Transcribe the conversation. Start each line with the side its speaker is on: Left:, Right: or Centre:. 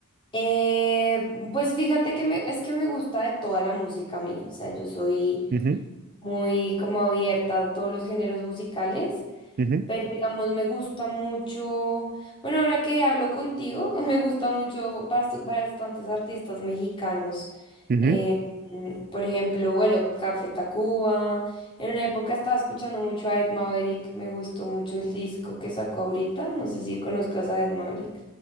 Left: Eh, pues fíjate que me, es que me gusta de toda la música a mí, o sea, yo soy
Right: Ujú,
Left: muy como abierta a todos los géneros musicales,
Right: ujú,
Left: pero digamos me gusta mucho, bueno, ahora que hablo contigo, <laughs> me gusta mucho bast- bastantes artistas mexicanos.
Right: ujú.
Left: Eh, mm, por ejemplo, bueno, Café Tacuba. En una época estaba escuchando mucho a Ed Maverick, me gustó mucho el disco que sacó ahorita, no sé si conozcas a Ed Maverick.